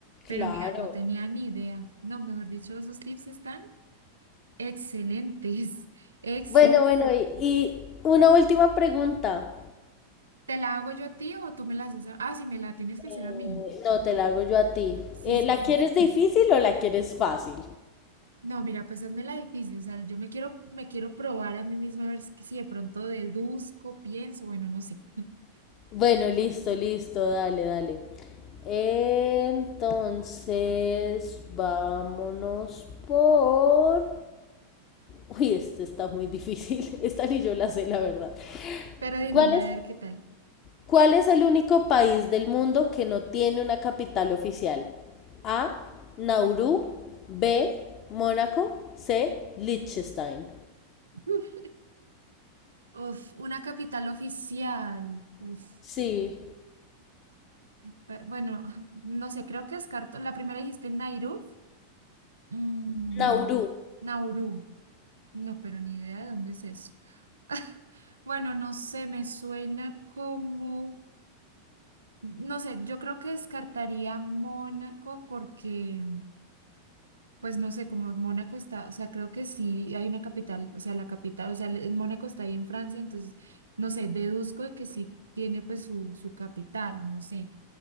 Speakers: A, on the right; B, on the left.
A: Pero
B: Claro.
A: mira, no tenía ni idea. No, mejor dicho, esos tips están. Excelentes. <laughs> Excel.
B: Bueno, bueno, y, y una última pregunta.
A: ¿Te la hago yo a ti o tú me la haces a... Ah, sí, me la tienes que hacer
B: Eh,
A: a mí.
B: No, te la hago yo a ti.
A: Sí,
B: Eh,
A: sí,
B: ¿la
A: sí.
B: quieres difícil o la quieres fácil?
A: No, mira, pues hazme la difícil. O sea, yo me quiero, me quiero probar a mí misma a ver si si de pronto deduzco, pienso, bueno, no sé. <laughs>
B: Bueno, listo, listo, dale, dale. Entonces, vámonos por... Uy, este está muy difícil. <laughs> Esta ni yo la sé, la verdad.
A: Pero dímela
B: ¿Cuál es,
A: a ver qué tal.
B: cuál es el único país del mundo que no tiene una capital oficial? A. Nauru. B. Mónaco. C. Liechtenstein.
A: <laughs> Uf, Uf, una capital oficial. Uf.
B: Sí.
A: Pe- Bueno, <laughs> no sé, creo que descarto. La primera dijiste Nairobi. Mm,
B: Nauru.
A: Nauru. No, pero ni idea de dónde es eso. <laughs> Bueno, no sé, me suena como, no sé, yo creo que descartaría Mónaco porque, pues no sé, como Mónaco está, o sea, creo que sí hay una capital, o sea, la capital, o sea, el- Mónaco está ahí en Francia, entonces, no sé, deduzco de que sí tiene pues su, su capital, no sé.